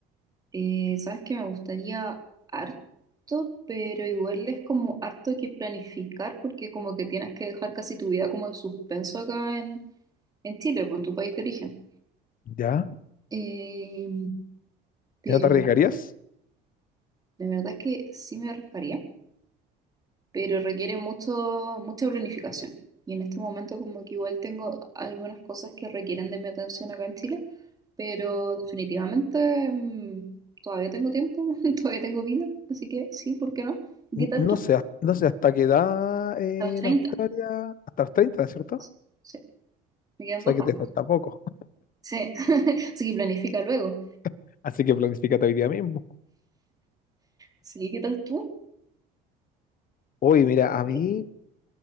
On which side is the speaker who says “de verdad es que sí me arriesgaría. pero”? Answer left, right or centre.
Right